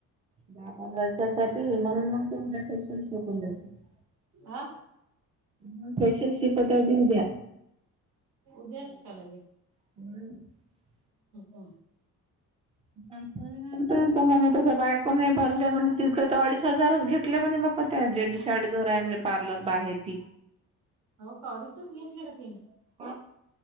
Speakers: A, on the right (about 20°); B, on the right (about 70°).
A: दहा, पंधरा दिवसासाठी म्हणून मग ते फेशियल म्हंटल शिकून <unintelligible>
B: आ?
A: मग फेशियल शिकवता येते उद्या.
B: उद्याच का लगेच?
A: <inaudible>
B: हम्म
A: <unintelligible> त्याच्या बायकोने नाही भरले म्हणे तीच तो अडीश हजार घेतले म्हणे बघ. म त्या जेडीशाडी जोर आहे म्हणे, पार्लर बाहेती.
B: हो, कावडीतच घेतली का तेनी?
A: <inaudible>